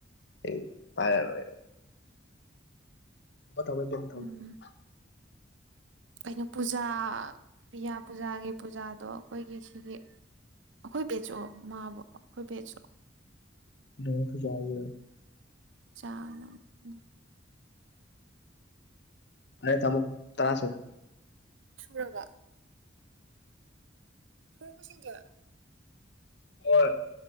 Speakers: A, on the left (about 65°); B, on the right (about 80°).
A: ꯑꯩ ꯄꯥꯏꯔꯔꯣꯏꯕ <unintelligible>
B: ꯎꯝ ꯀꯩꯅꯣ ꯄꯨꯖꯥ ꯄꯤꯌꯥ ꯄꯨꯖꯥꯒꯤ ꯄꯨꯖꯥꯗꯣ ꯑꯩꯈꯣꯏꯒꯤ ꯁꯤꯒꯤ ꯑꯩꯈꯣꯏ ꯕꯦꯆꯔꯣ ꯃꯥꯕꯨ ꯑꯩꯈꯣꯏ ꯕꯦꯆꯔꯣ
A: <unintelligible>
B: <unintelligible>
A: ꯐꯥꯔꯦ ꯊꯝꯃꯨ ꯇꯔꯥ ꯁꯨꯔꯦ
B: ꯁꯨꯔꯕꯣ <unintelligible>
A: ꯍꯣꯏ